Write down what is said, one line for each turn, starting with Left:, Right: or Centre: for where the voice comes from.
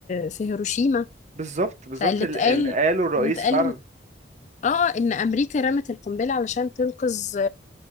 Left: في هيروشيما
Right: بالظبط بالظبط
Left: فاللي
Right: اللي
Left: اتقال
Right: اللي قاله الرئيس
Left: اللي اتقال
Right: فعلا
Left: اه ان امريكا رمت القنبلة علشان تنقذ